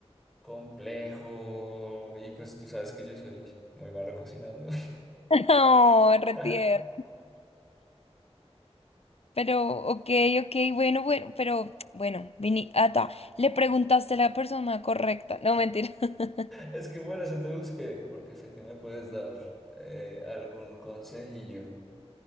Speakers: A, in the centre; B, on the left.
A: complejo y pues tú sabes que yo soy muy malo cocinando.
B: <laughs> no, retier.
A: <laughs>
B: Pero, ok, ok, bueno, bueno, pero, bueno, vini, ata, le preguntaste a la persona correcta. No, mentira. <laughs>
A: Es que por eso te busqué, porque sé que me puedes dar eh, algún consejillo.